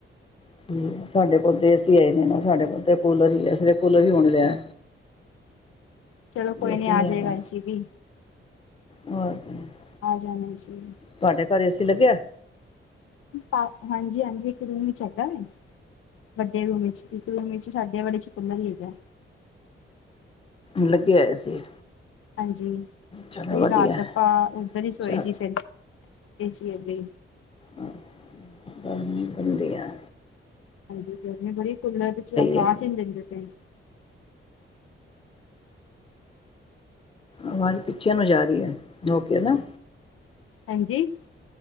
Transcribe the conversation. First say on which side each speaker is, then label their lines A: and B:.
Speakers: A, on the left; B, on the left.
A: ਠੀਕ। ਸਾਡੇ ਕੋਲ ਤੇ ਏ ਸੀ ਹੈ ਈ ਨੀ ਨਾ, ਸਾਡੇ ਕੋਲ ਤੇ ਕੂਲਰ ਹੀ ਐ, ਅਸੀਂ ਤਾਂ ਕੂਲਰ ਹੀ ਹੋਣ ਲਿਆ।
B: ਚਲੋ ਕੋਈ
A: ਏ ਸੀ ਨੀ
B: ਆ ਜਾਏਗਾ
A: ਹੈਗਾ,
B: ਏਸੀ ਵੀ
A: ਹੋਰ <unintelligible>
B: ਆ ਜਾਨਾ ਏ ਸੀ ਵੀ।
A: ਤੁਹਾਡੇ ਘਰ ਏ ਸੀ ਲੱਗਿਆ?
B: <unintelligible> ਹਾਂਜੀ-ਹਾਂਜੀ, ਇੱਕ ਰੂਮ 'ਚ ਹੈਗਾ ਐ। ਵੱਡੇ ਰੂਮ 'ਚ ਇੱਕ ਰੂਮ 'ਚ, ਸਾਡੇ ਵਾਲੇ 'ਚ ਕੂਲਰ ਈ ਹੈਗਾ।
A: ਲੱਗੇਆ ਏ ਸੀ।
B: ਹਾਂਜੀ,
A: ਚਲੋ
B: ਫਿਰ
A: ਵਧੀਆ
B: ਰਾਤ ਆਪਾਂ ਓਧਰ ਹੀ ਸੋਏ
A: ਚਲ
B: ਸੀ ਫਿਰ ਏ ਸੀ ਅੱਗੇ।
A: ਅੱਛਾ, ਗਰਮੀ <unintelligible> ਐ।
B: ਹਾਂਜੀ, ਗਰਮੀ ਬੜੀ ਕੁਲਰ <unintelligible>
A: ਹੈ
B: ਦਿੰਦੇ ਪਏ।
A: ਆਵਾਜ਼ ਪਿਛਿਆਂ ਨੂੰ ਜਾ ਰਹੀ ਐ ਜੋ ਕੇ ਨਾ।
B: ਹਾਂਜੀ।